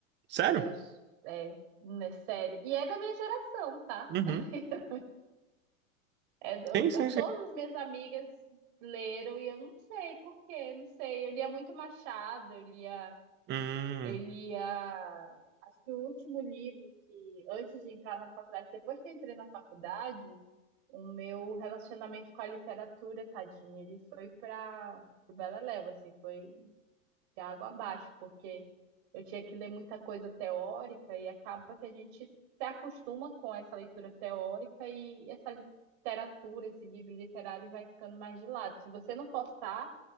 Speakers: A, on the right; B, on the right.
A: Sério?
B: Eu, é, é sério. E é da minha geração, tá?
A: Uhum.
B: <laughs> É, eu-
A: Sim, sim, sim.
B: todas as minhas amigas leram e eu não sei por quê, não sei. Eu lia muito Machado, eu lia,
A: Hum.
B: eu lia, acho que o último livro que antes de entrar na faculdade, depois que eu entrei na faculdade, o meu relacionamento com a literatura, tadinho, ele foi para o Beleléu, assim, foi de água abaixo, porque eu tinha que ler muita coisa teórica e acaba que a gente se acostuma com essa leitura teórica e essa literatura, esse livro literário vai ficando mais de lado. Se você não postar,